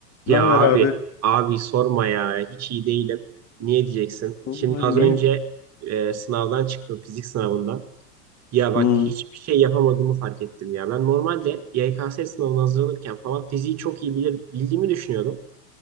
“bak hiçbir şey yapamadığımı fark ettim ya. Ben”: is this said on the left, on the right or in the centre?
Right